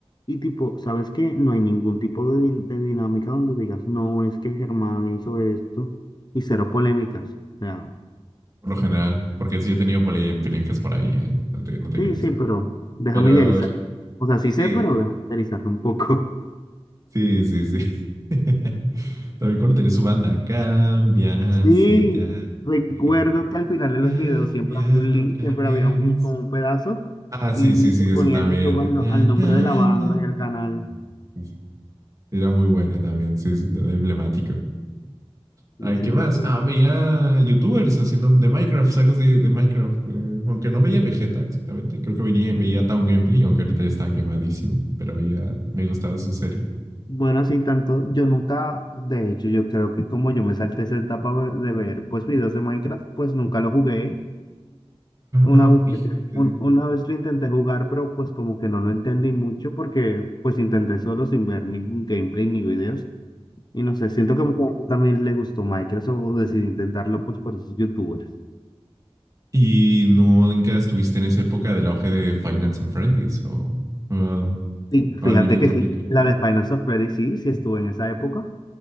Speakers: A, on the left; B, on the right.
A: Y tipo, ¿sabes qué? No hay ningún tipo de, din- de dinámica donde digas, no, es que Germán hizo esto y cero polémicas. O sea,
B: Por lo general, porque sí he tenido pole- polémicas por ahí, ¿eh? No te, no te
A: sí,
B: creas.
A: sí, pero déjame
B: Pero
A: idealizar. O sea, sí sé,
B: sí,
A: pero déjame idealizarlo un poco.
B: sí, sí, sí. <laughs> También cuando tenía su banda, cambia
A: Sí,
B: si te alegra,
A: recuerdo que al final de
B: cambia
A: los videos siempre había un link,
B: otra
A: siempre
B: vez.
A: había un, un- como un pedazo
B: Ah,
A: y
B: sí, sí, sí,
A: se
B: eso
A: ponía
B: también.
A: el YouTube
B: Ta,
A: al, no-
B: ta,
A: al nombre
B: ta,
A: de la banda
B: ta. Sí,
A: y al canal
B: sí, sí. Era muy buena también, sí, sí, era emblemático. Ay,
A: y 100%.
B: ¿qué más? Ah, veía youtubers haciendo de Minecraft, sagas de, de Minecraft. eh, aunque no veía Vegeta exactamente. Creo que venía, veía Town Gameplay, aunque ahorita ya estaba quemadísimo. Pero había, me gustaba su serie.
A: Bueno, así tanto, yo nunca, de hecho, yo creo que como yo me salté esa etapa de de ver pues videos de Minecraft, pues nunca lo jugué. Una
B: Ah,
A: vez,
B: fíjate.
A: que intent- un- una vez lo intenté jugar, pero pues como que no lo entendí mucho porque pues intenté solo sin ver ningún gameplay ni videos Y no sé, siento que a mucha gente también le gustó Minecraft o decidió intentarlo pues por esos youtubers.
B: ¿Y no nunca estuviste en esa época del auge de Five Nights on Freddy's o, o-
A: Sí,
B: o
A: fíjate
B: algún youtuber
A: que sí,
B: que...
A: la de Final of Freddy sí, sí estuve en esa época.